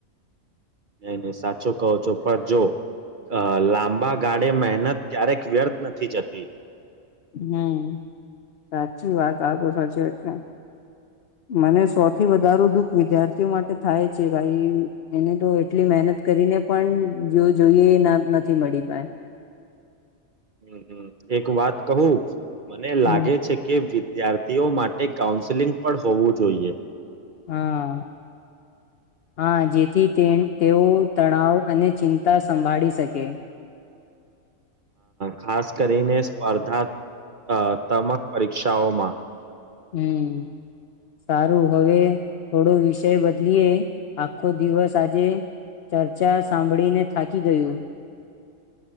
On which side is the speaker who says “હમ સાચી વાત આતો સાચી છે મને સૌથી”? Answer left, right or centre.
Left